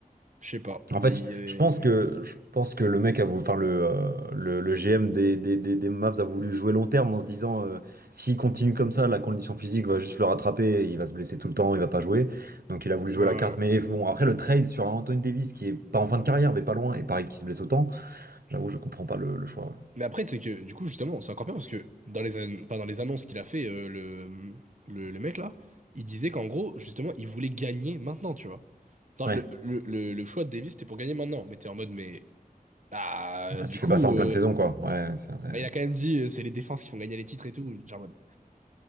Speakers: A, on the right (about 55°); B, on the right (about 80°).
A: je sais pas.
B: En
A: Il
B: fait,
A: y avait-
B: je pense que, je pense que le mec a voulu, enfin le, euh, le, le GM des, des, des, des Mavs a voulu jouer long terme en se disant euh, s'il continue comme ça, la condition physique va juste le rattraper, il va se blesser tout le temps, il va pas jouer. Donc il a voulu jouer
A: Ouais.
B: la carte. Mais bon, après le trade sur un Anthony Davis qui est pas en fin de carrière, mais pas loin, et pareil qui se blesse autant, j'avoue, je comprends pas le, le choix. Ouais.
A: Mais après, c'est que, du coup, justement, c'est encore pire parce que dans les, an- enfin, dans les annonces qu'il a fait, euh, le... le, le mec là, il disait qu'en gros, justement, il voulait gagner maintenant, tu vois. Enfin,
B: Ouais,
A: le, le, le, le choix de Davis, c'était pour gagner maintenant. Mais t'es en mode, mais. Ah,
B: ouais,
A: du
B: tu
A: coup,
B: fais pas ça en
A: euh,
B: pleine saison, quoi. Ouais, c'est- c'est-
A: bah, il a quand même dit, euh, c'est les défenses qui font gagner les titres et tout. Genre, en mode,